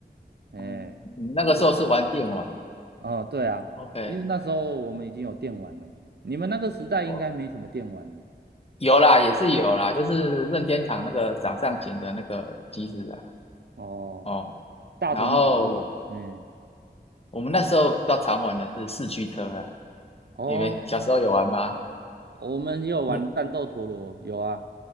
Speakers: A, on the right; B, on the left.
A: 哎、
B: 嗯，你们那个时候是玩电玩
A: OK，哦，对啊，
B: ，OK，
A: 因为那时候我们已经有电玩了，你们那个时代应该没什么电玩了。
B: 哦，有啦，也是有啦，就是任天堂那个掌上型的那个机子啊，
A: 哦，
B: 哦，
A: 大同小异啊。
B: 然后
A: 嗯，
B: 我们那时候比较常玩的是四驱车啦，
A: 哦，
B: 你们小时候有玩吗？
A: 我们也有玩战斗陀螺，
B: 你
A: 有啊。